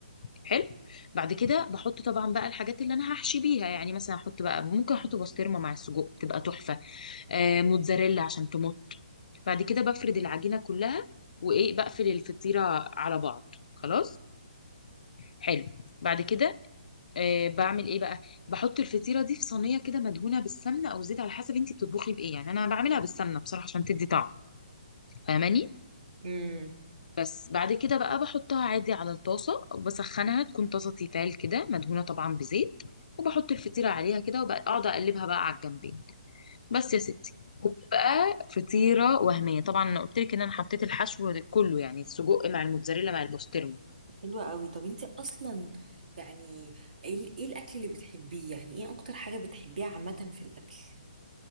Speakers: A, on the left (about 65°); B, on the right (about 75°).
A: حلو بعد كده بحط طبعا بقى الحاجات اللي انا هحشي بيها يعني مثلا احط بقى ممكن احط بسطرمه مع السجق تبقى تحفه آه موتزاريلا عشان تمط بعد كده بفرد العجينه كلها وايه بقفل الفطيره على بعض خلاص حلو بعد كده آه بعمل ايه بقى بحط الفطيره دي في صينيه كده مدهونه بالسمنه او زيت على حسب انت بتطبخي بايه يعني انا بعملها بالسمنه بصراحه عشان تدي طعم فاهماني
B: امم
A: بس بعد كده بقى بحطها عادي على الطاسه وبسخنها تكون طاسه تيتال كده مدهونه طبعا بزيت وبحط الفطيره عليها كده وبقعد اقلبها بقى على الجنبين بس يا ستي وبتبقى فطيره وهميه طبعا انا قلت لك ان انا حطيت الحشو كله يعني السجق مع الموتزاريلا مع البسطرمه
B: حلوة قوي طب انت اصلا يعني ايه ال- إيه الاكل اللي بتحبيه يعني ايه اكتر حاجة بتحبيها عامة في الاكل